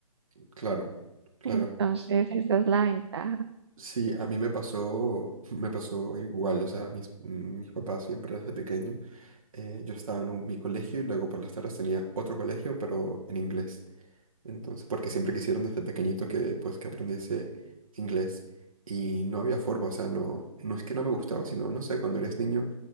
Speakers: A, on the right (about 65°); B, on the right (about 45°).
A: Claro, claro.
B: Entonces, esa es la ventaja.
A: Sí, a mí me pasó, <laughs> me pasó igual, o sea, mis, mis papás siempre desde pequeño, eh, yo estaba en un- mi colegio y luego por las tardes tenía otro colegio, pero en inglés. Entonces, porque siempre quisieron desde pequeñito que pues que aprendiese inglés y no había forma, o sea, no, no es que no me gustaba, sino, no sé, cuando eres niño,